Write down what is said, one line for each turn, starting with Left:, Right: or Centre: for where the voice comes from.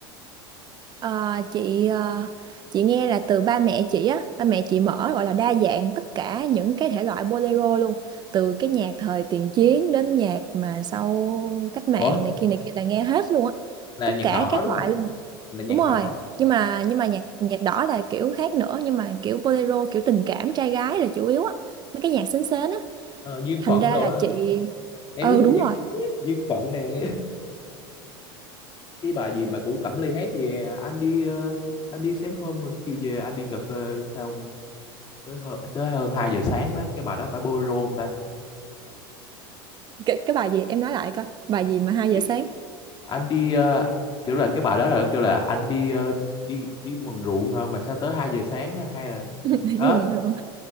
Right: Ờ, chị ờ, chị nghe là từ ba mẹ chị á ba mẹ chị mở gọi là đa dạng tất cả những cái thể loại bolero luôn từ cái nhạc thời tiền chiến đến nhạc mà sau cách mạng
Left: ủa
Right: này kia này kia là nghe hết luôn á
Left: là
Right: tất
Left: nhạc
Right: cả
Left: đỏ
Right: các
Left: đúng
Right: loại
Left: không là nhạc
Right: đúng rồi
Left: đỏ
Right: nhưng mà nhưng mà nhạc nhạc đỏ là kiểu khác nữa nhưng mà kiểu bolero kiểu tình cảm trai gái là chủ yếu á mấy cái nhạc sến sến á
Left: Ờ, duyên
Right: thành
Left: phận
Right: ra
Left: đồ
Right: là
Left: á
Right: chị
Left: em
Right: ừ
Left: muốn thuộc
Right: đúng
Left: duyên
Right: rồi
Left: duyên phận nè cái bài gì mà của Cẩm Ly hát gì à, anh đi ờ, anh đi sáng hôm mà chiều về anh đi cà phê xong tới hơn, tới hơn 2 giờ sáng đó cái bài đó phải bolero không ta
Right: cái, cái bài gì em nói lại coi bài gì mà hai giờ
Left: Cái-
Right: sáng
Left: anh đi ờ, kiểu là cái bài đó là kêu là anh đi ờ, đi đi mần ruộng hả mà sao tới 2 giờ sáng á, hay là
Right: <laughs> đi
Left: đó
Right: mừng rồi